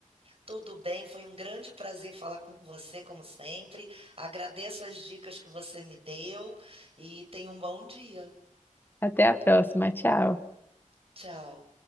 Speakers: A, on the right (about 45°); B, on the left (about 15°).
A: Tudo bem, foi um grande prazer falar com você, como sempre. Agradeço as dicas que você me deu e tenha um bom dia.
B: Até a próxima, tchau.
A: Tchau.